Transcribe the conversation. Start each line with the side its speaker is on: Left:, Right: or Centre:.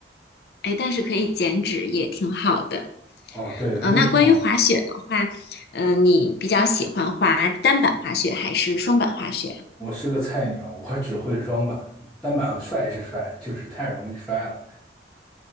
Left: 哎，但是可以减脂也挺好的。
Centre: 哦，对，那一场
Left: 嗯，那关于滑雪的话，嗯，你比较喜欢滑单板滑雪还是双板滑雪？
Centre: 我是个菜鸟，我只会双板，单板帅是帅，就是太容易摔了。